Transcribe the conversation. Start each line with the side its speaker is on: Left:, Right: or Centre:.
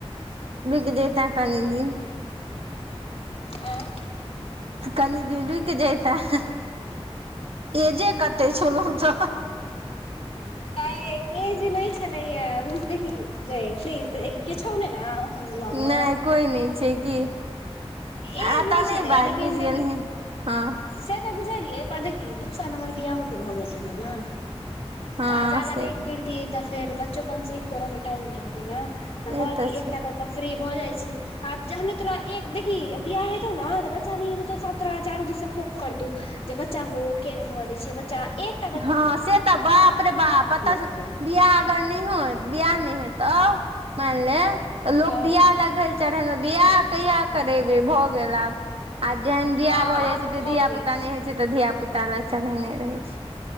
Right: रूइक जेत कनि दीन।
Left: एँ।
Right: कनि दिन रुकि जैतें। एजे कते छलहु तो
Left: गै एज नहि छलैये बुझ देखी गै प्लीज क्यो छौ ने ने। लगमे
Right: नहि कोइ नहि छै कि।
Left: एज
Right: आ तऽ नहि
Left: छलैया
Right: बाजि
Left: लेकिन
Right: बुझि
Left: देखी
Right: गेलही हँ।
Left: से तऽ बुझलियै पर देखी दू साल हमर बियाहोक भऽ गेल रहै ने।
Right: हँ
Left: त आ जादा
Right: से
Left: लेट करतीयै तऽ फेर बच्चो कंसीव करऽ मे टाइम लगतै ने।
Right: से
Left: तऽ कहलियै एकटा
Right: छै
Left: कऽ क फ्री भऽ जाइ छी। आब जहने तोरा एक देखही बियाह हेतौ ने त बच्चा नय हेतौ तो सभ तोरा चारू दिस से पोक करतौ जे बच्चा हो किए नय होव दै छियै बच्चा एक
Right: हँ से तऽ बाप रे बाप पता
Left: मौकतौ
Right: बि अगर नहियो बियाह नहि हेतौ मानि ले त लोक
Left: हँ
Right: बियाह लग चढ़ेने बियाह कहिया करेबे भऽ गेल आब। आ जेहन वियाह
Left: हँ
Right: भऽ
Left: आब
Right: जाइ छैय तऽ
Left: भऽ
Right: धिया
Left: गेल
Right: पुता नहि होइ छैय तऽ धिया पुता ले चढ़ेने रहैत छैय।